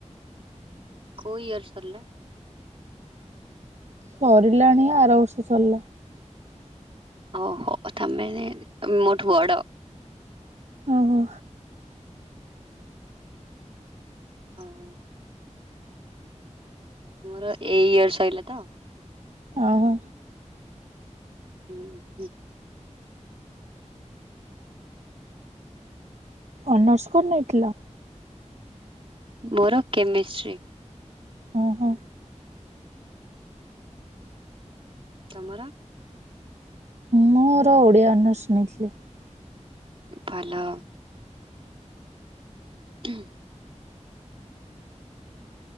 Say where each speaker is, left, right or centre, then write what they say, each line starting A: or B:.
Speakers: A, on the right; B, on the right.
A: କୋଉ ଇୟର୍ ସରିଲା?
B: ସରିଲାଣି ଆର ବର୍ଷ ସରିଲା।
A: ଓହୋ ତମେ ମୋଠୁ ବଡ।
B: ଓହୋ।
A: ଆଉ ମୋର ଏଇ ଇୟର୍ ସରିଲା ତ।
B: ଆଉ
A: <unintelligible>
B: ଅନର୍ସ କଣ ନେଇଥିଲ?
A: ମୋର କେମେଷ୍ଟ୍ରି।
B: ଓ ହଁ।
A: ତମର?
B: ମୋର ଓଡିଆ ଅନର୍ସ ନେଇଥିଲି।
A: ଭଲ। <inaudible>